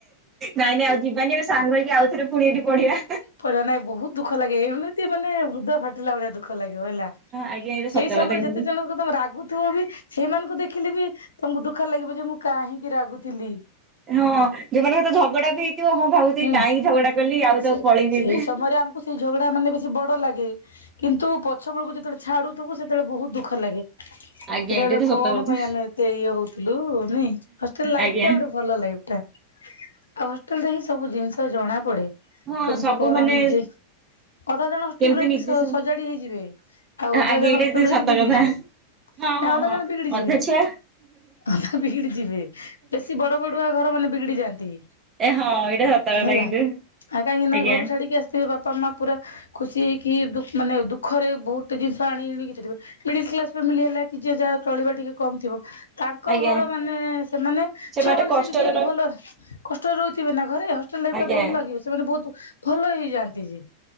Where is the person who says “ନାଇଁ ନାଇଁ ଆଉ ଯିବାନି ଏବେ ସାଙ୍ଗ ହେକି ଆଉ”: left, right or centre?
Right